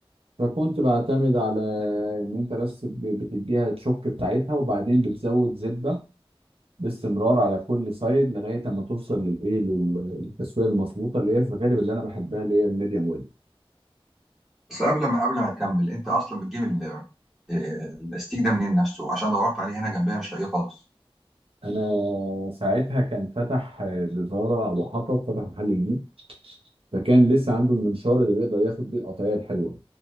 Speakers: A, on the right; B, in the centre.
A: فكنت بعتمد على ان انت بس ب- بتديها الشوك بتاعتها وبعدين بتزود زبده باستمرار على كل سايد لغايه اما توصل للايه لل- للتسويه المظبوطه اللي هي في الغالب اللي انا بحبها اللي هي الميديوم ويل
B: بس قبل ما قبل ما تكمل انت اصلا بتجيب ال- الاستيك ده منين نفسه عشان دورت عليه هنا جنبيها مش لاقيه خالص
A: انا ساعتها كان فتح آه، جزاره ابو حطب فتح محل جديد فكان لسه عنده المنشار اللي بيقدر ياخد بيه القطعيه الحلوه